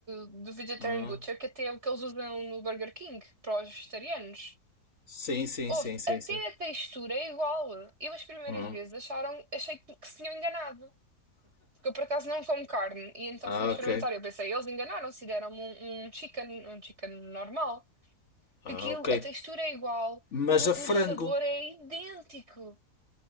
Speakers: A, on the right (about 45°); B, on the left (about 50°).
A: do Vegetarian
B: Ah,
A: Butcher, que até é o que eles usam no Burger King para os vegetarianos.
B: sim, sim,
A: Houve,
B: sim, sim,
A: até
B: sim.
A: a textura é igual. Eu as primeiras
B: Ah,
A: vezes acharam, achei que, que se tinham enganado. Porque eu por acaso não como carne e então
B: ah,
A: fui experimentar.
B: ok.
A: Eu pensei, eles enganaram-se, e deram-me um, um chicken, um chicken normal.
B: Ah,
A: Porque Aquilo,
B: ok.
A: a textura é igual,
B: Mas
A: o,
B: a
A: o
B: frango.
A: sabor é idêntico.